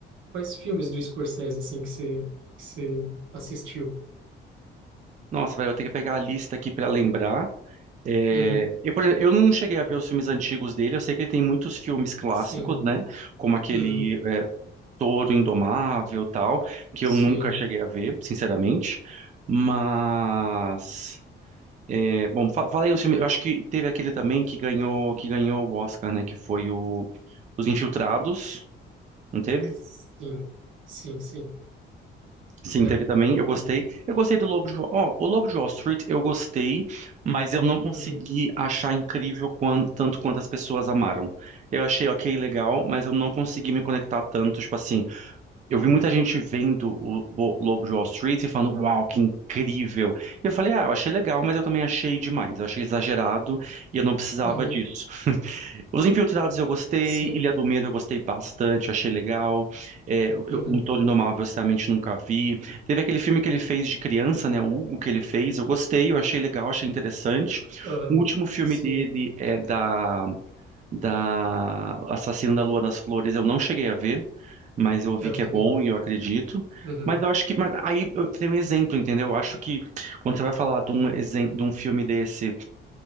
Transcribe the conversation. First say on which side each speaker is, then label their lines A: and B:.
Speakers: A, on the right; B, on the right.
A: quais filmes do Scorsese, assim, que você, que você assistiu?
B: Nossa, vai eu vou ter que pegar a lista aqui pra lembrar. É,
A: Uhum,
B: eu, por exemplo, eu não cheguei a ver os filmes antigos dele, eu sei que ele tem muitos filmes clássicos,
A: sim,
B: né? Como aquele
A: uhum,
B: é, Touro Indomável tal, que
A: sim,
B: eu nunca cheguei a ver, sinceramente. Mas, é, bom, fa- falei os filmes, eu acho que teve aquele também que ganhou, que ganhou o Oscar, né? Que foi o Os Infiltrados, não teve?
A: sim, sim, sim,
B: Sim,
A: é.
B: teve também. Eu gostei.
A: O,
B: Eu gostei do Lobo de Wall. Ó, o Lobo de Wall Street eu gostei, mas eu não consegui
A: uhum,
B: achar incrível quan- tanto quanto as pessoas amaram. Eu achei ok, legal, mas eu não consegui me conectar tanto. Tipo assim, eu vi muita gente vendo o Bo- Lobo de Wall Street e falando, uau, que incrível. E eu falei, ah, eu achei legal, mas eu também achei demais. Eu achei exagerado e eu não precisava
A: uhum.
B: disso. Os Infiltrados eu gostei,
A: Sim.
B: Ilha do Medo eu gostei bastante, achei legal. É, eu,
A: Uhum.
B: um Todo Indomável eu sinceramente nunca vi. Teve aquele filme que ele fez de criança, né? O Hugo que ele fez, eu gostei, eu achei legal, achei interessante.
A: Aham.
B: O último filme
A: Sim.
B: dele é da, da Assassino da Lua das Flores, eu não cheguei a ver, mas eu vi
A: É, Eu
B: que
A: também.
B: é bom e eu acredito.
A: não. Uhum.
B: Mas eu acho que. Mas aí eu tenho um exemplo, entendeu? Eu acho que quando você vai falar de um, exem- de um filme desse.